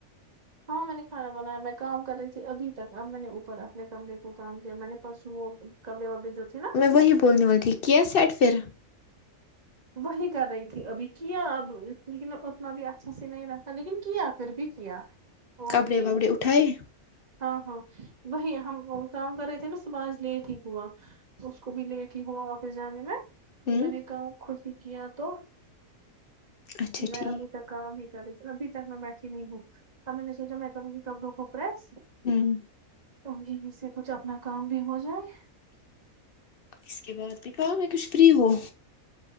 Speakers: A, on the right (about 30°); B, on the left (about 60°).
A: ہاں میں نے کھانا بنایا میں کام کر رہی تھی ابھی تک اب میں نے اوپر اپنے کمرے کو کام دیا میں نے پرسوں وہ کپڑے وپڑے جو تھے نہ
B: میں وہی بولنے والی تھی کیا سیٹ پھر
A: وہی کر رہی تھی ابھی کیا اب لیکن اتنا بھی اچھا سے نہیں رکھا لیکن کیا پھر بھی کیا اور
B: کپڑے
A: یہ
B: وپڑے اٹھائے
A: ہاں ہاں وہی ہم کام کر رہے تھے نا صبح آج لیٹ ہی ہوا اس کو بھی لیٹ ہی ہوا آفس جانے میں
B: ہوں
A: میں نے کام خود ہی کیا تو
B: اچھا
A: میں
B: ٹھیک
A: اب کام ہی کر رہے تھی ابھی تک میں بیٹھی نہیں ہوں تب میں نے سوچا میں کروں گی کپڑوں کو پریس
B: ہوں
A: اور یہیں سے کچھ اپنا کام بھی ہو جائے
B: اس کے بعد میں کہا میں کچھ فری ہو